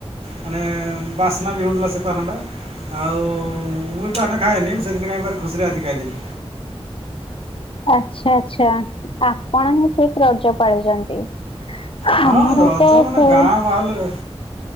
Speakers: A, on the right; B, on the left.
A: ମାନେ ବାସ୍ନା ବି ହେଉଥିଲା ସେ ପାନଟା ଆଉ ମୁଁ ବି ପାନ ଖାଏନି ମୁଁ ସେଦିନ କାଇଁ ଭାରି ଖୁସିରେ ଆଜି ଖାଇଦେଲିି।
B: ଆଚ୍ଛା ଆଚ୍ଛା ଆପଣ ହିଁ ଠିକ ରଜ ପାଳିଛନ୍ତି। ଆମର
A: ହଁ ରଜ
B: ତ
A: ମାନେ
B: ସେ
A: ଗାଁ ମାହୋଲରେ